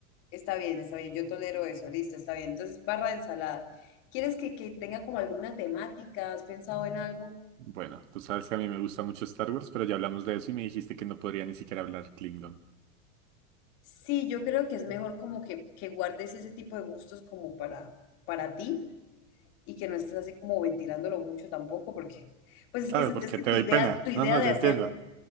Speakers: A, on the left (about 45°); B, on the right (about 75°).
A: Está bien, está bien, yo tolero eso, listo, está bien. Entonces, barra de ensaladas. ¿Quieres que, que tenga como alguna temática? ¿Has pensado en algo?
B: Bueno, tú sabes que a mí me gusta mucho Star Wars, pero ya hablamos de eso y me dijiste que no podría ni siquiera hablar Klingon.
A: Sí, yo creo que es mejor como que, que guardes ese tipo de gustos como para, para ti y que no estés así como ventilándolo mucho tampoco, porque pues es
B: Claro,
A: que, se-
B: porque
A: es que
B: te
A: tu
B: doy
A: idea,
B: pena.
A: tu idea
B: No, no,
A: de
B: yo entiendo.
A: hacer,